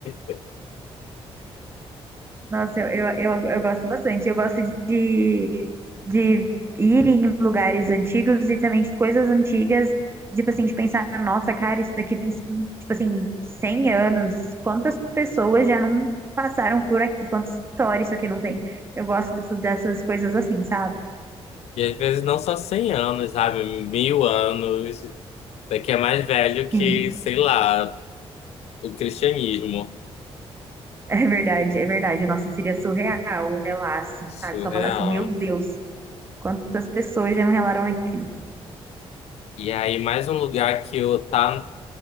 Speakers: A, on the left; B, on the right.
A: <laughs>
B: Nossa, eu, eu, eu, eu gosto bastante. Eu gosto de, de ir em lugares antigos e também de coisas antigas, tipo assim, de pensar, nossa, cara, isso daqui tem, sim- tipo assim, 100 anos. Quantas pessoas já não passaram por aqui? Quantas histórias isso aqui não tem? Eu gosto dessas, dessas coisas assim, sabe?
A: E às vezes não só 100 anos, sabe? Mil anos. Isso aqui é mais velho que,
B: Sim.
A: sei lá, o cristianismo.
B: É verdade, é verdade. Nossa, seria surreal um relar assim, sabe?
A: Surreal.
B: Só falar assim, meu Deus, quantas pessoas já não relaram aqui.
A: E aí mais um lugar que eu tá